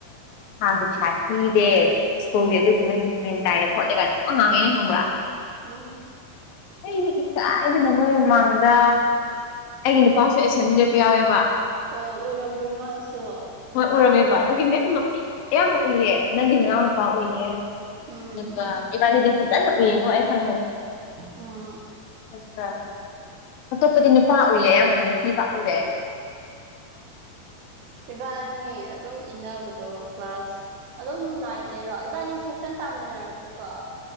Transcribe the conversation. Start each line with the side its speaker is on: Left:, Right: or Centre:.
Left: ꯊꯥꯒꯤ ꯄꯩꯁꯥ ꯊꯤꯗꯦ ꯁ꯭ꯀꯨꯜꯒꯤ ꯑꯗꯨꯒꯤ ꯅꯪꯒꯤ <unintelligible> ꯇꯥꯏꯌꯦ ꯈꯣꯠꯂꯦ ꯀꯥꯏꯅ ꯄꯪꯉꯥꯡ ꯉꯥꯡꯉꯛꯑꯦ ꯈꯪꯕ꯭ꯔꯥ
Right: ꯎꯝ
Left: ꯑꯩꯁꯦ ꯏꯀꯥꯏꯗꯅ ꯅꯣꯏ ꯃꯃꯥꯡꯗ ꯑꯩꯒꯤ ꯅꯨꯄꯥꯁꯨ ꯑꯦꯁꯦꯝꯕ꯭ꯂꯤ ꯂꯦꯞꯄ ꯌꯥꯎꯋꯦꯕ
Right: ꯑꯣ ꯎꯔꯝꯕ꯭ꯔꯣ ꯃꯥꯁꯨ
Left: ꯍꯣꯏ ꯎꯔꯝꯃꯦꯕ ꯑꯗꯨꯒꯤꯅꯦ ꯅꯣꯛꯅꯤꯡ ꯑꯌꯥꯝꯕ ꯎꯏꯌꯦ ꯅꯪꯒꯤ ꯅꯅꯥꯎꯅꯨꯄꯥ ꯎꯏꯌꯦ
Right: ꯎꯝ
Left: ꯗꯨꯒ ꯏꯕꯥꯅꯤꯗꯤ ꯐꯖꯅ ꯎꯏꯌꯦꯀꯣ ꯑꯩ ꯈꯪꯉꯦ
Right: ꯎꯝ
Left: <unintelligible> ꯑꯇꯣꯞꯄꯗꯤ ꯅꯨꯄꯥ ꯎꯏꯌꯦ ꯑꯌꯥꯝꯕꯅ ꯅꯨꯄꯤ ꯄꯥꯛ ꯎꯗꯦ
Right: ꯏꯕꯥꯅꯤ ꯑꯗꯨꯝ ꯏꯟꯅꯕꯗꯣ ꯀ꯭ꯂꯥꯁ ꯑꯗꯨꯝ ꯅꯥꯏꯟꯗꯩꯔꯣ ꯏꯕꯥꯅꯤ ꯁꯦꯛꯁꯟ ꯇꯥꯃꯤꯟꯅꯔꯛꯇꯦꯀꯣ